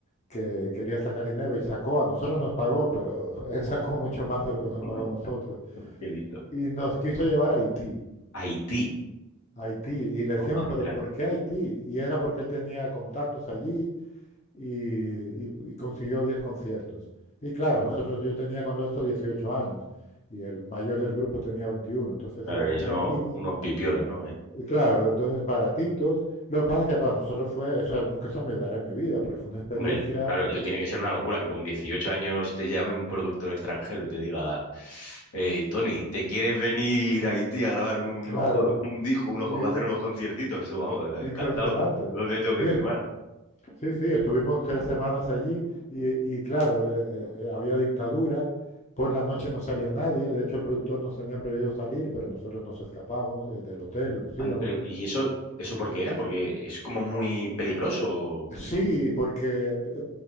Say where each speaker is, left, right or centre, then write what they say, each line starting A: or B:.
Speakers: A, on the left (about 30°); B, on the left (about 80°).
A: que quería sacar dinero y sacó, a nosotros nos pagó, pero <laughs> él sacó mucho más de lo que nos
B: <laughs>
A: pagó a nosotros.
B: Qué listo.
A: Y nos quiso llevar a Haití,
B: Haití,
A: a Haití. Y le
B: ostras.
A: decíamos, pero ¿por qué Haití? Y era porque él tenía contactos allí y, y- y consiguió 10 conciertos. Y claro,
B: no, no.
A: nosotros yo tenía cuando esto 18 años y el mayor del grupo tenía veintiuno entonces
B: A
A: éramos
B: ver, es
A: chavalines.
B: unos, unos pipiolos, ¿no?
A: Y claro, entonces baratitos. Lo que pasa es que para nosotros fue, o sea, nunca se me olvidará en mi vida, porque fue una experiencia,
B: Hombre, claro, eso tiene que ser una locura que con 18 años te llame un productor extranjero y te diga, eh, Tony, ¿te quieres venir a Haití a grabar un,
A: claro,
B: ojo- un disco, un ojo-
A: i-
B: a hacer unos conciertitos? Tú, vamos, encantado.
A: impresionante.
B: ¿Dónde tengo que
A: Sí,
B: firmar?
A: es- Sí, sí, estuvimos tres semanas allí y, y claro, eh, eh, eh, había dictadura, por la noche no salía nadie, de hecho el productor nos tenía prohibido salir, pero nosotros nos escapábamos eh, del hotel y nos
B: Anda,
A: íbamos.
B: pero, ¿y eso, eso por qué era? Porque es como muy peligroso.
A: Sí, porque, eh,